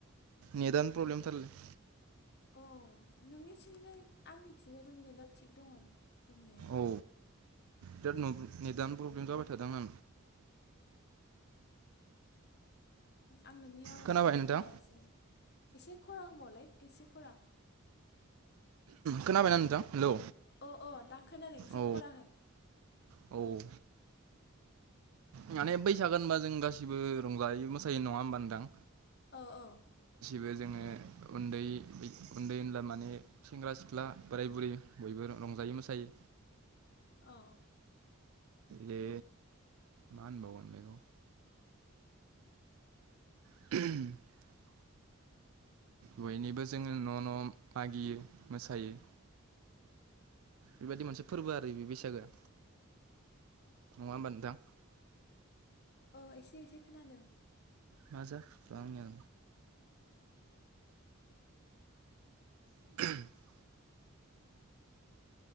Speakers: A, on the right; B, on the left.
A: नेदानो प्रब्लेम थारलै।
B: अ नोंनिथिंजाय आंनि थिंजाय दंनाय दा थिग दङ दंनाया।
A: औ बिराद नेदानो प्रब्लेम जाबाय थादों आ
B: आं नोंनि आवाजखौ
A: खोनाबाय नोंथां
B: खोनायासै एसे खरा हबावलै एसे खरा?
A: खोनाबायना नोंथां? हेलौ
B: अ अ दा खोनादों एसे
A: औ
B: खरा होन
A: औ माने बैसागो होनबा जों गासिबो रंजायोै मोसायो नङा होनोमबा नोथां
B: औ औ
A: बो जोङो उन्दै उन्दै उनला माने सेंग्रा सिख्ला बोराय बुरै बयबो रंजायोै मोसायो
B: औ
A: बे मा मोनबावगोन बेखौ <unintelligible> बयनिबो जोङो न' न' मागियो मोसायो बेबायदि मोनसे फोरबो आरो बे बैसागोआ नङा होमबा नोंथां
B: औ एसे एसे खोनादों
A: माजाखो बा आंनिआ <unintelligible>